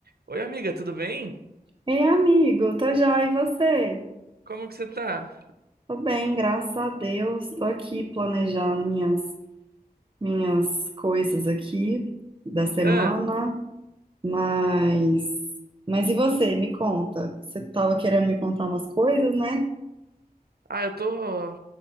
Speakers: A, on the right; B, on the right.
A: Oi, amiga, tudo bem?
B: Ei, amigo, tô joia, e você?
A: Como que você tá?
B: Tô bem, graças a Deus. Tô aqui planejando minhas, minhas coisas aqui da semana,
A: Ah,
B: mas... Mas e você? Me conta. Você tava querendo me contar umas coisas, né?
A: ah, eu tô